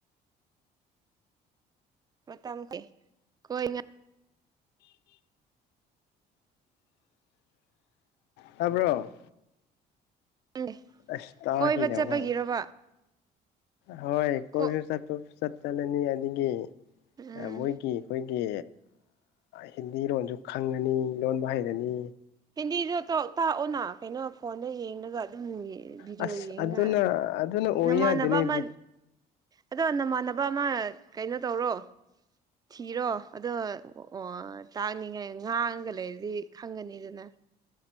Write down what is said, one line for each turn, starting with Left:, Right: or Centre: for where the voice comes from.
Right: ꯍ ꯃꯇꯝ ꯀꯣꯏ ꯉ
Left: ꯇꯥꯕ꯭ꯔꯣ
Right: ꯪ
Left: ꯑꯁ ꯇꯥꯈꯤꯗꯕ
Right: ꯀꯣꯏꯕ ꯆꯠꯄꯒꯤꯔꯕ
Left: ꯋꯥꯅꯤ ꯍꯣꯏ ꯀꯣꯚꯌ
Right: ꯀꯣ
Left: ꯆꯠꯄ ꯆꯠ ꯆꯂꯅꯤ ꯑꯒꯤ
Right: ꯎꯝ
Left: ꯃꯣꯏꯒꯤ ꯑꯩꯈꯣꯏ ꯒꯤ ꯍꯤꯟꯗꯤ ꯂꯣꯟꯁꯨ ꯈꯪꯉꯅꯤ ꯂꯣꯟꯕ ꯍꯩꯔꯅꯤ
Right: ꯍꯤꯟꯗꯤꯗ ꯇꯥꯛꯑꯣꯅ ꯀꯩꯅꯣ ꯐꯣꯟꯗ ꯌꯦꯡꯉꯒ ꯑꯗꯨꯝ ꯕꯤꯗꯤꯑꯣ
Left: ꯑꯁ
Right: ꯌꯦꯡꯒ
Left: ꯑꯗꯨꯅ ꯑꯗꯨꯅ ꯑꯣꯏ
Right: ꯅꯃꯥꯟꯅꯕ
Left: ꯌꯥꯗꯦꯅꯦ
Right: ꯑꯃ ꯑꯗꯣ ꯅꯃꯥꯟꯅꯕ ꯑꯃ ꯀꯩꯅꯣ ꯇꯧꯔꯣ ꯊꯤꯔꯣ ꯑꯗꯣ ꯑꯣ ꯇꯥꯛꯅꯤꯉꯥꯏ ꯉꯥꯡꯉꯒ ꯂꯩꯔꯤꯗꯤ ꯈꯪꯒꯅꯤꯗꯅ